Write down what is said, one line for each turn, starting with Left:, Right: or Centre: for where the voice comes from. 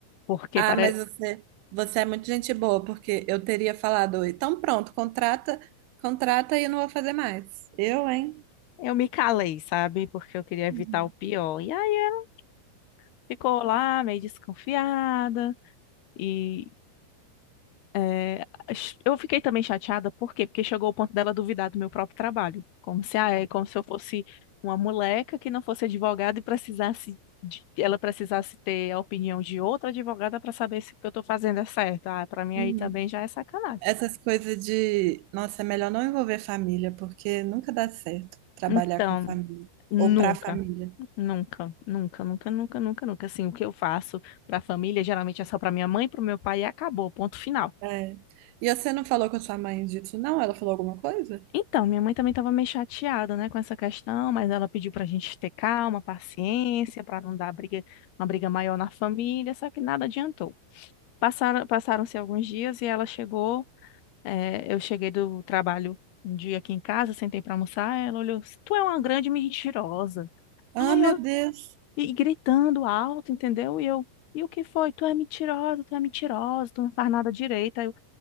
Left: Porque
Right: Ah,
Left: para...
Right: mas você, você é muito gente boa, porque eu teria falado, então pronto, contrata, contrata e eu não vou fazer mais. Eu, hein?
Left: eu me calei, sabe? Porque eu queria evitar
Right: Uhum.
Left: o pior. E aí ela ficou lá meio desconfiada e É, ch- eu fiquei também chateada, por quê? Porque chegou o ponto dela duvidar do meu próprio trabalho. Como se, ah, é como se eu fosse uma moleca que não fosse advogada e precisasse de- ela precisasse ter a opinião de outra advogada para saber se o que eu estou fazendo é certo. Ah, para mim
Right: Uhum.
Left: aí também já é sacanagem.
Right: Essas coisas de, nossa, é melhor não envolver família, porque nunca dá certo trabalhar
Left: Então,
Right: com família
Left: nunca,
Right: ou pra família.
Left: nunca, nunca, nunca, nunca, nunca, nunca. Assim, o que eu faço para a família geralmente é só para minha mãe, para o meu pai e acabou, ponto final.
Right: É. E você não falou com a sua mãe disso, não? Ela falou alguma coisa?
Left: Então, minha mãe também estava meio chateada, né, com essa questão, mas ela pediu para a gente ter calma, paciência, para não dar briga, uma briga maior na família, só que nada adiantou. Passaram, passaram-se alguns dias e ela chegou, eh, eu cheguei do trabalho um dia aqui em casa, sentei para almoçar, ela olhou, tu é uma grande mentirosa.
Right: Ah,
Left: Ai,
Right: meu
Left: eu,
Right: Deus.
Left: e, e gritando alto, entendeu? E eu, e o que foi? Tu é mentirosa, tu é mentirosa, tu não faz nada direito. Aí eu,